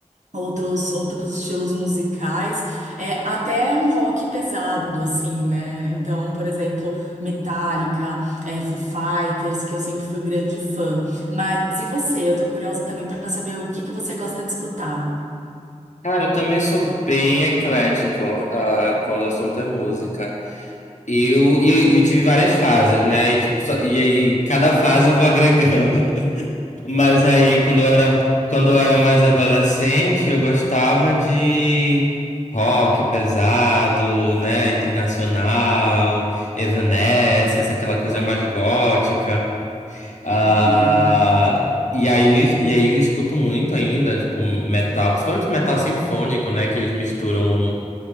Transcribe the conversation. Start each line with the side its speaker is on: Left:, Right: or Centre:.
Right: Outros, outros estilos musicais, é, até um rock pesado, assim, né? Então, por exemplo, Metallica, é, Foo Fighters, que eu sempre fui grande fã. Mas e você? Eu tô curiosa também pra saber o que que você gosta de escutar.
Left: Cara, eu também sou bem eclético, ah, quando o assunto é música. Eu, e eu e eu tive várias fases, né? E, tipo, só- e aí, cada fase eu vou agregando. Mas aí, quando eu era, quando eu era mais adolescente, eu gostava de rock pesado, né? Internacional, Evanescence, aquela coisa mais gótica. Ah,
Right: Olha,
Left: e aí, e aí eu escuto muito ainda, tipo, metal, principalmente metal sinfônico, né? Que eles misturam